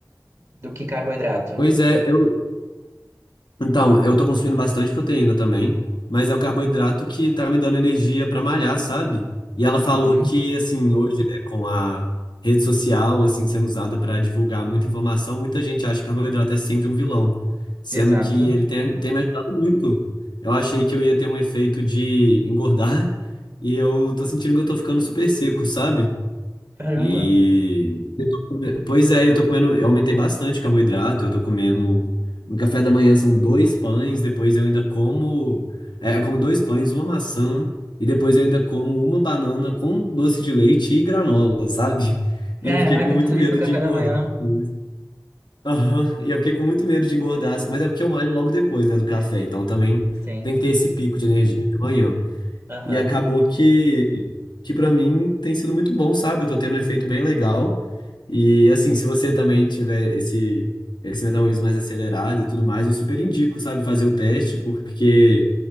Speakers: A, on the right; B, on the left.
A: do que carboidrato.
B: Pois é, eu, Então, eu tô consumindo bastante proteína também, mas é o carboidrato que tá me dando energia pra malhar, sabe? E ela falou
A: Uhum,
B: que, assim, hoje, né, com a rede social, assim, sendo usada pra divulgar muita informação, muita gente acha que carboidrato é sempre um vilão, sendo
A: exato.
B: que ele tem, tem me ajudado muito. Eu achei que eu ia ter um efeito de engordar <laughs> e eu tô sentindo que eu tô ficando super seco, sabe?
A: Caramba.
B: E eu tô come- pois é, eu tô comendo, eu aumentei bastante carboidrato, eu tô comendo no café da manhã são dois pães, depois eu ainda como, é, eu como dois pães, uma maçã e depois eu ainda como uma banana com doce de leite e granola, sabe?
A: Caraca,
B: E eu fiquei com muito
A: tudo
B: medo
A: isso no café
B: de engordar
A: da manhã.
B: com isso. Aham, E eu fiquei com muito medo de engordar, mas é porque eu malho logo depois, né, do café, então também
A: Sim.
B: tem que ter esse pico de energia de manhã.
A: Aham.
B: E acabou que, que para mim tem sido muito bom, sabe? Eu tô tendo um efeito bem legal. E assim, se você também tiver esse, esse metabolismo mais acelerado e tudo mais, eu super indico, sabe, fazer o teste, porque